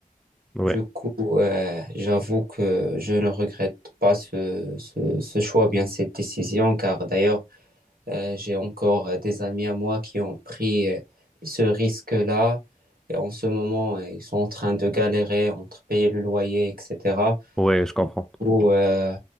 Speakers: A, in the centre; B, on the right.
A: Ouais,
B: Du coup, euh, j'avoue que je ne regrette pas ce, ce, ce choix, bien cette décision, car d'ailleurs, Euh, j'ai encore euh, des amis à moi qui ont pris euh, ce risque-là. Et en ce moment, euh, ils sont en train de galérer entre payer le loyer, etc.
A: ouais, je comprends.
B: Ou, euh,